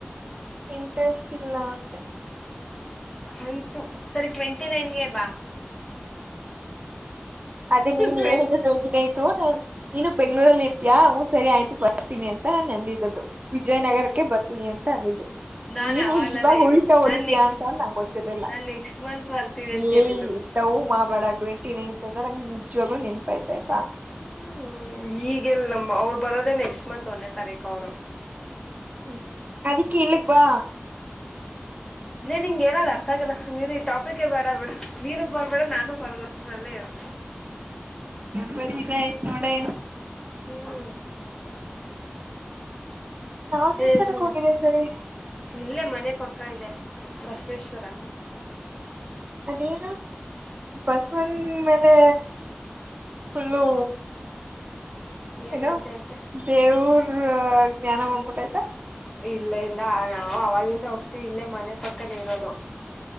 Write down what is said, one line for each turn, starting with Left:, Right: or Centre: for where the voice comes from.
Right: ಇಂಟ್ರೆಸ್ಟ್ ಇಲ್ಲ ಅಂದೆ
Left: ಆಯ್ತು ಸರಿ ಟ್ವೆಂಟಿ ನೈನ್ಗೆ ಬಾ
Right: ಅದೇ ನೀನ್
Left: ಟ್ವೆಂ
Right: ಹೇಳಿದು ಟ್ವೆಂಟ ನೈತ ನೀನು ಬೆಂಗಳೂರಲ್ಲಿ ಇರ್ತಿಯಾ ಹ ಸರಿ ಆಯ್ತು ಬರ್ತೀನಿ ಅಂತ ಅಂದಿದ್ದದ್ದು ವಿಜಯನಗರ ಕೆ ಬರ್ತೀವಿ ಅಂತ ಅಂದಿದ್ದು
Left: ನಾನ್
Right: ನೀನು
Left: ಅವಾಗ್ಲೆಲ್ಲ
Right: ಇವಾಗ
Left: ಹೇಳಿದ್
Right: ಉಲ್ಟಾ ಹೊಡಿತಯಾ
Left: ನಾನ್ ನೆಕ್ಸ್ಟ್
Right: ಅಂತ ನಂಗಗೆ ಗೊತ್ತಿರ್ಲಿಲ್ಲ
Left: ನಾನ್ ನೆಕ್ಸ್ಟ್ ಮಂತ್ ಬರ್ತೀನಿ ಅಂತ
Right: ಏಯ್
Left: ಹೇಳಿದ್ದು
Right: ಇದ್ದ ಡವು ಮಾಡಬೇಡ ಟ್ವೆಂಟಿ ನೈನ್ತ್ ಅಂದ್ರ ನಂಗ್ ನಿಜ್ವಾಗ್ಲೂ ನೆನ್ಪಾಯ್ತಾ
Left: ಹ್ಮ್ ಈಗೆಲ್ ನಮ ಅವರು ಬರೋದೆೇ ನೆಕ್ಸ್ಟ್ ಮಂತ್ ಒಂದೇ ತಾರೀಕು ಅವರು
Right: ಹ್ಮ ಅದಿಕ್ಕೆ ಇಲ್ಲಿ ಬಾ
Left: ಇ ನಿಂಗ್ ಏನಾದ್ ಅರ್ಥಗಲ್ಲ ಸುಮ್ನೆನಿರು ಈ ಟಾಪಿಕೇ ಬೇಡಾ ಬಿಡು ನೀರು ಬರ್ಬೇಡ ನಾನು ಬರಲ್ಲ ಸುಮನೇ ಅಲ್ಲೇ ಇರು
Right: ಬರಿ ಇದೆಯತ ನೋಡೇ
Left: ಹ್ಮ್
Right: ಯಾವ ದೇವಸ್ಥಾನಕ್ಕೆ
Left: ಏನ್ ಸುಮ
Right: ಹೋಗಿದೆ
Left: ಇರ
Right: ಸರಿ
Left: ಇಲ್ಲೇ ಮನೆ ಪಕ್ಕ ಇದೆ ಬಸವೇಶ್ವರಾ
Right: ಅದೇನು ಬಸವನ ಮೇಲೆ ಹಲೋ
Left: ಏನಂತೆ
Right: ಏನು
Left: ಅಂತೆ
Right: ದೇವರ್ ಜ್ಞಾನ ಬಂದ್ಬಿಟ್ಟತಾ
Left: ಇಲ್ಲ ಇಲ್ಲ ನಾವು ಅವಾಗಿಂದ ಹೋಗ್ತಿವಿ ಇಲ್ಲೇ ಮನೆ ಪಕ್ಕನೆ ಇರೋದು